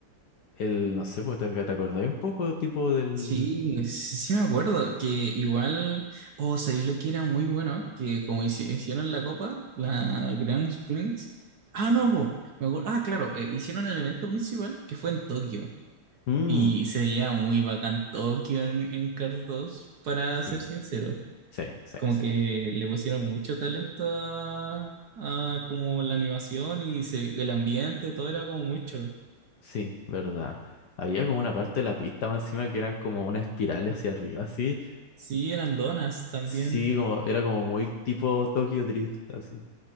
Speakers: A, on the left (about 60°); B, on the right (about 55°).
A: El, no sé, pues, ¿te, te acordáis un poco tipo del...
B: Sí, no, sí, sí me acuerdo que igual, oh, sabéis lo que era muy bueno, que como hici- hicieron la copa, la Grand Springs. Ah, no, po, me acuerdo, ah, claro, eh, hicieron el evento principal que fue en Tokio
A: Mm,
B: y se veía muy bacán Tokio en, en Cars 2, para
A: sí,
B: ser sincero.
A: sí, sí,
B: Como
A: sí.
B: que le pusieron mucho talento a, a como la animación y se- el ambiente, todo era como muy choro.
A: Sí, verdad. Había como una parte de la pista más encima que eran como una espiral hacia arriba, así.
B: Sí, eran donas también.
A: Sí, como, era como muy tipo Tokyo Drift, así.